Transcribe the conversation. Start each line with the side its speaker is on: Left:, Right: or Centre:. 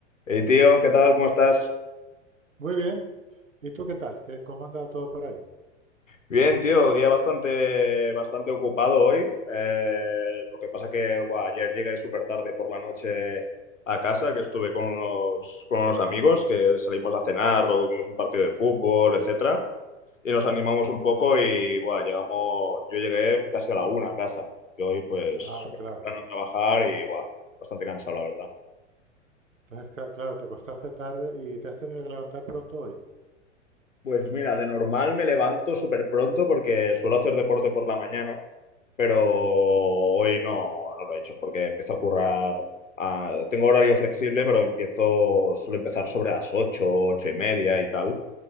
Left: Hey tío, ¿qué tal? ¿Cómo estás?
Right: Muy bien. ¿Y tú qué tal? ¿Qué, cómo andaba todo por ahí?
Left: Bien, tío, día bastante, bastante ocupado hoy. Eh, lo que pasa que buah, ayer llegué súper tarde por la noche a casa, que estuve con unos, con unos amigos, que salimos a cenar, luego vimos un partido de fútbol, etcétera, y nos animamos un poco y buah, llegamos, yo llegué casi a la una a casa. Y hoy pues
Right: Ah,
Left: súper
Right: claro.
Left: temprano a trabajar y buah, bastante cansado, la verdad.
Right: Entonces, ca- claro, te acostaste tarde y te has tenido que levantar pronto hoy.
Left: Pues mira, de normal me levanto súper pronto porque suelo hacer deporte por la mañana, pero hoy no, no lo he hecho porque empiezo a currar. a- tengo horario flexible, pero empiezo, suelo empezar sobre las 8, 8 y media y tal.